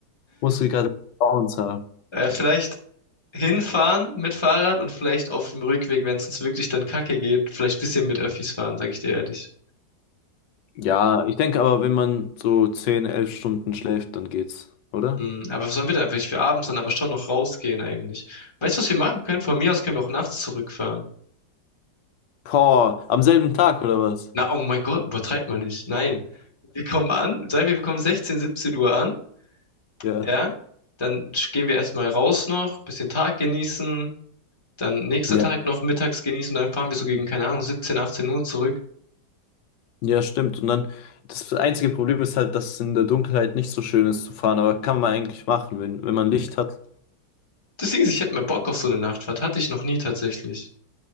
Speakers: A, on the left; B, on the left.
A: Muskelkater bei uns haben.
B: Äh, vielleicht hinfahren mit Fahrrad und vielleicht auf dem Rückweg, wenn es uns wirklich dann kacke geht, vielleicht ein bisschen mit Öffis fahren, sag ich dir ehrlich.
A: Ja, ich denke aber, wenn man so 10, 11 Stunden schläft, dann geht's, oder?
B: Hm, aber was sollen wir da eigentlich für abends dann aber schon noch rausgehen eigentlich? Weißt du, was wir machen können? Von mir aus können wir auch nachts zurückfahren.
A: Boah, am selben Tag oder was?
B: Na, oh mein Gott, übertreibt man nicht. Nein. Wir kommen an, sagen wir, wir kommen 16, 17 Uhr an,
A: Ja,
B: ja? Dann sch- gehen wir erstmal raus noch, bisschen Tag genießen, dann nächster
A: ja,
B: Tag noch mittags genießen, dann fahren wir so gegen, keine Ahnung, 17, 18 Uhr zurück.
A: ja, stimmt. Und dann, das einzige Problem ist halt, dass es in der Dunkelheit nicht so schön ist zu fahren, aber kann man eigentlich machen, wenn, wenn man Licht hat.
B: Deswegen, ich hätte mal Bock auf so eine Nachtfahrt, hatte ich noch nie tatsächlich.